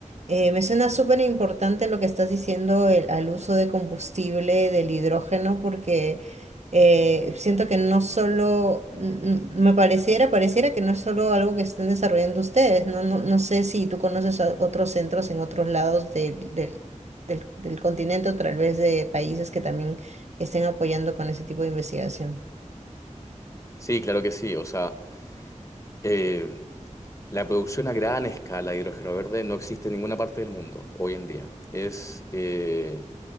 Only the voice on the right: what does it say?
eh, me suena súper importante lo que estás diciendo el- al uso de combustible del hidrógeno porque eh, siento que no solo, n- n- me pareciera, pareciera que no es solo algo que estén desarrollando ustedes, no, no, no sé si tú conoces a otros centros en otros lados del, del, del, del continente o tal vez de países que también estén apoyando con ese tipo de investigación.